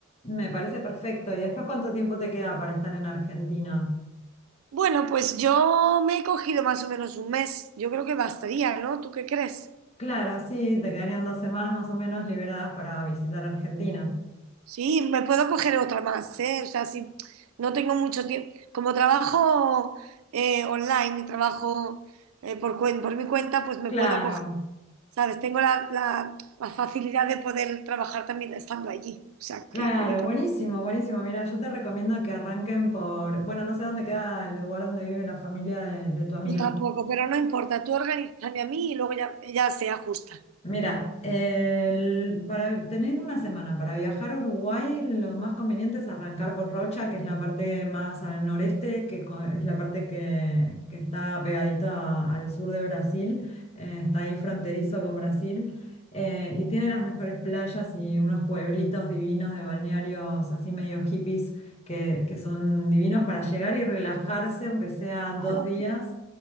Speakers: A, on the left (about 30°); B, on the right (about 85°).
A: Me parece perfecto. ¿Y después cuánto tiempo te queda para estar en Argentina?
B: Bueno, pues yo me he cogido más o menos un mes, yo creo que bastaría, ¿no? ¿Tú qué crees?
A: Claro, sí, te quedarían dos semanas más o menos liberadas para visitar Argentina.
B: Sí, me puedo coger otra más, ¿eh? O sea, si no tengo mucho tiempo. Como trabajo eh, online y trabajo eh, por, cuen- por mi cuenta, pues me
A: Claro,
B: puedo coger, ¿sabes? Tengo la, la- la facilidad de poder trabajar también estando allí. O sea, que
A: claro,
B: no hay problema
A: buenísimo, buenísimo. Mira, yo te recomiendo que arranquen por, bueno, no sé dónde queda el lugar donde vive la familia de, de tu amiga.
B: Yo tampoco, pero no importa. Tú organízame a mí y luego ya, ya se ajusta.
A: Mira, el- para, teniendo una semana para viajar a Uruguay, lo más conveniente es arrancar por Rocha, que es la parte más al noreste, que co- es la parte que, que está pegadita a- al sur de Brasil, eh, está ahí fronterizo con Brasil, eh, y tiene las mejores playas y unos pueblitos divinos de balnearios así medio hippies que, que son divinos para llegar y relajarse, aunque sea dos
B: Ala,
A: días